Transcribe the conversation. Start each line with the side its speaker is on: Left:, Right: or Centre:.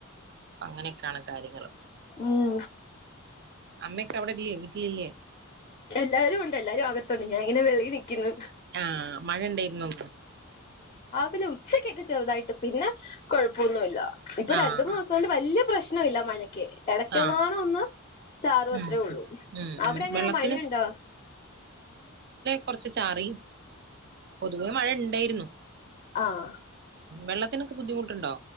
Right: അങ്ങനെയൊക്കെയാണ് കാര്യങ്ങള്
Left: ഉം
Right: അമ്മക്ക് അവിടെ ഇല്ലേ വീട്ടിലല്ലേ
Left: എല്ലാരും ഉണ്ട് എല്ലാരും അകത്തുണ്ട് ഞാൻങ്ങനെ വെളയിനിക്കുന്നു
Right: ആഹ മഴ ഇണ്ടായിരുന്നോ?
Left: വിലെ ഉച്ചക്കൊക്കെ ചെറുതായിട്ട് പിന്നെ കുഴപ്പ പൊന്നൂല്ല ഇപ്പൊ
Right: ആഹ്
Left: രണ്ടു മാസം കൊണ്ട് വലിയ പ്രശ്നം ല്ലാ <unintelligible> ക്കെ ഇടക്കങ്ങാനും
Right: ആഹ്
Left: ഒന്ന് ചാറുവത്രേ
Right: ഉം
Left: ഉള്ളൂ
Right: ഉം
Left: അവിടെ
Right: ഉം
Left: എങ്ങനെ
Right: വെള്ളത്തിന്
Left: മഴയുണ്ടോ?
Right: കുറച്ച് ചാറി പൊതുവേ മഴ ണ്ടായിരുന്നു
Left: ആഹ
Right: വെള്ളത്തിനൊക്കെ ബുദ്ധിമുട്ടുണ്ടോ